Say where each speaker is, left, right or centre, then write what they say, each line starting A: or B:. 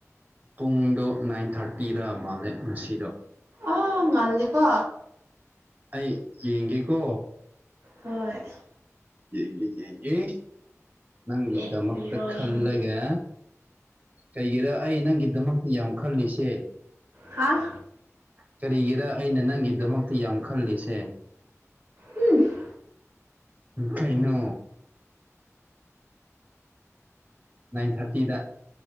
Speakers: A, on the right; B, on the right.
A: ꯄꯨꯡꯗꯣ ꯅꯥꯏꯟ ꯊꯥꯔꯇꯤꯗ ꯃꯥꯜꯂꯦ ꯉꯁꯤꯗꯣ
B: ꯑ ꯉꯜꯂꯤ ꯀꯣ
A: ꯑꯩ ꯌꯦꯡꯒꯦꯀꯣ
B: ꯍꯣꯏ
A: ꯌꯦꯡꯒ ꯌꯦꯡꯒꯦ ꯅꯪꯒꯤꯗꯃꯛꯇ
B: ꯌꯦꯡꯕꯤꯔꯣ
A: ꯈꯜꯂꯒꯦ
B: ꯌꯦꯡꯕꯤꯔꯣ
A: ꯀꯩꯒꯤꯔ ꯑꯩ ꯅꯪꯒꯤꯗꯃꯛꯇ ꯌꯥꯝ ꯈꯜꯂꯤꯁꯦ
B: ꯍꯥꯥ
A: ꯀꯔꯤꯒꯤꯔ ꯑꯩꯅ ꯅꯪꯒꯤꯗꯃꯛꯇ ꯌꯥꯝ ꯈꯜꯂꯤꯁꯦ
B: ꯎꯝ
A: ꯀꯩꯅꯣ ꯅꯥꯏꯟ ꯊꯥꯔꯇꯤꯗ